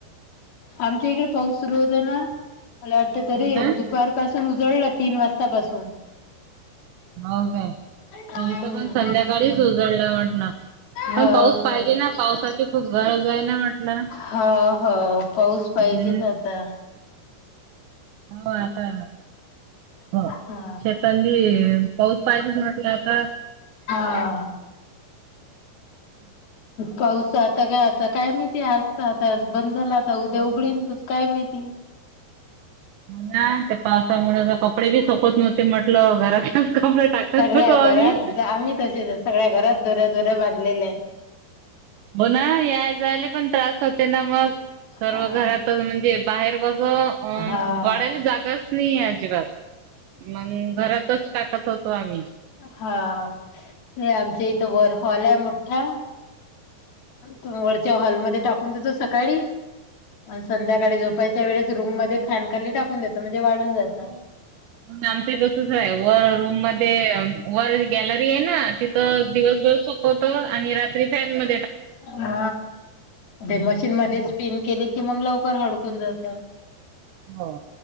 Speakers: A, on the left; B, on the right.
A: आमच्या इकडे पाऊस सुरू होता ना मला वाटत तरी
B: हो ना
A: दुपार पासून उजळलं तीन वाजतापासून
B: हो काे
A: हम्म
B: इथं पण संध्याकाळीच उजळलं म्हट ना पण
A: हो
B: पाऊस पाहिजे
A: का
B: ना पावसाची खूप गरज आहे ना म्हटलं
A: हो हो पाऊस पाहिजेच
B: हम्म
A: आता
B: ह आता हो
A: हा.
B: शेतांली, पाऊस पाहिजे म्हटला आता.
A: हा.
B: ह <inaudible>
A: पाऊस आता काय आता काय मीहीती आजत आता बंद झाला, आता उद्या उघडीन काय? काय माहीती.
B: मला ते पावसामुळे कपडे बी सोकत नव्हते, म्हट लं घरातलेच कपडे टाकत
A: सगळ्या
B: होतो,
A: घरात
B: आम्ही.
A: आम्ही तसेच आहे सगळ्या घरात दोऱ्या दोऱ्या बांधलेल्या आहेत.
B: बना या जाले पण त्रास होते. ना मग. सर्व
A: हा
B: घरातच म्हणजे बाहेर बघ अ
A: हा
B: पडायला जागाच नाहीये, अजिबात. मग घरातच टाकत होतो आम्ही.
A: हा. आमच्या इथं वर हॉलये मोठठा. तो वरच्या हॉलमध्ये टाकून देतो, सकाळी संध्याकाळी झोपायच्या वेळेस रूम मध्ये फॅन खाली टाकून देत, म्हणजे वाळून जात.
B: हो. आमच तसच आहे, वर रूम मध्ये वर गॅलरीयेना तिथं दिवस सूकवतो आणि रात्री फॅन म
A: हा
B: हम्म
A: ते मशीन मध्येच पिन केले की मग लवकर हडकून जात.
B: हो.